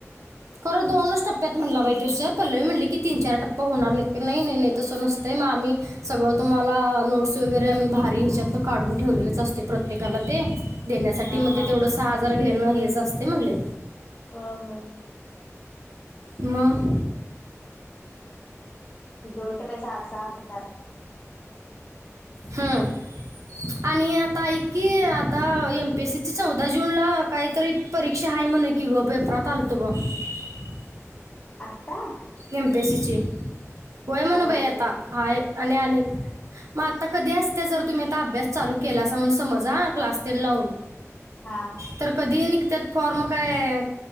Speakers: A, on the right (about 75°); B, on the left (about 20°).
A: खरं दोनच टप्प्यात म्हटला बाई त्यो सर पल्लवी म्हटले की तीन चार टप्प होणार नाही नाही नाही नाही तसं नसत. ग आम्ही सगळं तुम्हाला नोट्स वगैरे आम्ही भारी ह्याच्यात काढून ठेवलेलेच असते प्रत्येकाला ते देण्यासाठी
B: हा
A: मग
B: हा
A: ते तेवढं सहा आजार घेणं हेच असते म्हणले
B: हा हा
A: मग
B: दोन टप्पे सहा सहा हजार
A: हम आणि आता ऐ की आता
B: आणि
A: एम बीसी चौदा जूनला काहीतरी परीक्षा आहे म्हणे की ग पेपरात आलतो बघ ट्ट
B: आता
A: एमपीएसीची होय म्हण
B: काय माहित
A: बाई आता
B: नाही
A: हाय आणि मग आता कधी असते जर तुम्ही आता अभ्यास चालू केला म्हणून समजा क्लास टेन लावून
B: हा
A: तर कधी निघतात फॉर्म काय आहे.